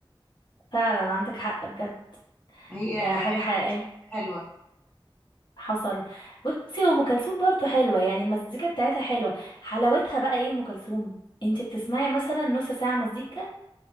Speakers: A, on the left; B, on the left.
A: فعلا عندك حق بجد
B: هي
A: ده
B: غنيه
A: حاجة حقيقية مم.
B: حلوه
A: حصل بصي هو ام كلثوم برضه حلوة يعني المزيكا بتاعتها حلوة حلاوتها بقى ايه ام كلثوم انت بتسمعي مثلا نص ساعة مزيكا